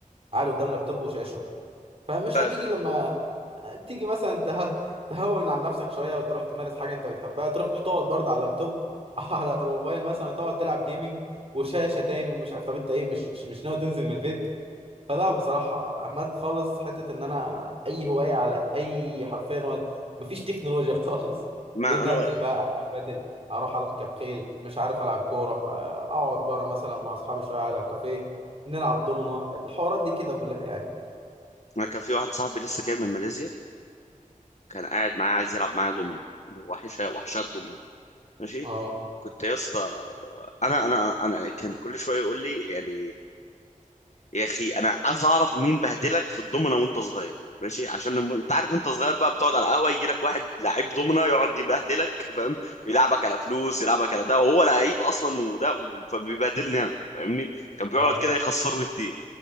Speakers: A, on the right (about 45°); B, on the left (about 55°).
A: قاعد قدام لابتوب وشاشه فمش
B: آه،
A: هتيجي لما تيجي مثلا ته... تهون عن نفسك شويه وتروح تمارس حاجه انت بتحبها تروح تقعد برضه على اللابتوب <laughs> او على الموبايل مثلا تقعد تلعب جيمنج وشاشه تاني ومش عارف طب انت ايه مش مش ناوي تنزل من البيت فلا بصراحه عملت خالص حته ان انا اي هوايه على اي حرفيا و... مفيش تكنولوجيا <laughs> خالص
B: ما
A: بقيت
B: انا
A: انزل بقى العب بدل اروح اركب خيل مش عارف العب كوره آه، اقعد بره مثلا مع اصحابي شويه على كافيه نلعب دومنا الحوارات دي كده كلها يعني
B: ما كان في واحد صاحبي لسه جاي من ماليزيا كان قاعد معايا عايز يلعب معايا دومينو وحشه وحشات دومينو ماشي
A: اه
B: كنت يا اسطى انا انا انا كان كل شويه يقول لي يعني يا اخي انا عايز اعرف مين بهدلك في الضمنه وانت صغير ماشي عشان لما- انت عارف وانت صغير بقى بتقعد على القهوه يجي لك واحد لعيب ضمنه يقعد يبهدلك فاهم يلعبك على فلوس يلعبك على ده وهو لعيب اصلا وده فبيبهدلني انا فاهمني كان بيقعد
A: اه
B: كده يخسرني كتير